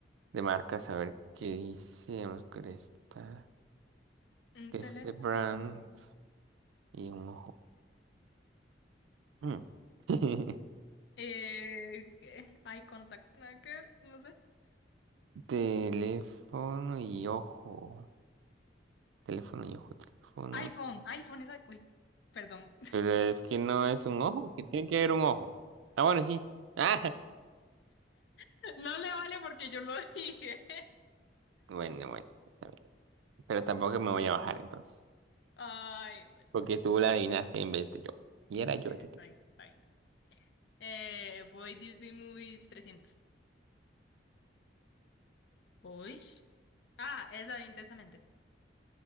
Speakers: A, on the right (about 85°); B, on the left (about 65°).
A: de marcas, a ver qué dice. Vamos a escoger esta,
B: un
A: que
B: teléfono
A: es de brand
B: y no.
A: y un ojo. Mm. <laughs>
B: Eh, ¿qué? Eye contact, nada que ver, no sé.
A: Teléfono y ojo. Teléfono y ojo, teléfono.
B: iPhone, iPhone es. i- Uy, perdón.
A: Pero es que no es un ojo, que tiene que haber un ojo. Ah, bueno, sí. <laughs>
B: <laughs> No le vale porque yo lo dije. <laughs>
A: Ah, bueno, bueno. está bien. Pero tampoco me voy a bajar entonces.
B: Ay, bueno,
A: Porque
B: está bien.
A: tú la adivinaste en vez de yo. Y era yo
B: Sí,
A: el
B: sí,
A: que
B: está
A: te.
B: bien, está bien. Eh, voy Disney Movies 300. Uy. Ah, es la de Intensamente.